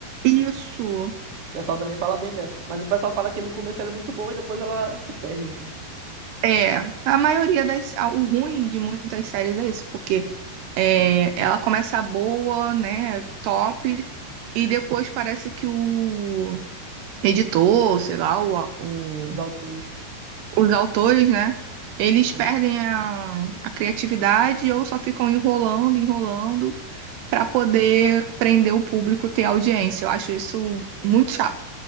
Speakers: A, on the right (about 75°); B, on the right (about 50°).
A: Isso.
B: O pessoal também fala bem dessa. Mas o pessoal fala que no começo ela é muito boa e depois ela se perde, assim,
A: É, a maioria das. ah, O ruim de muitas séries é isso, porque é, ela começa boa, né? Top, e depois parece que o editor, sei lá, o,
B: os
A: o-
B: autores.
A: os autores, né? Eles
B: É.
A: perdem a, a criatividade ou só ficam enrolando, enrolando para poder prender o público, ter audiência. Eu acho isso muito chato,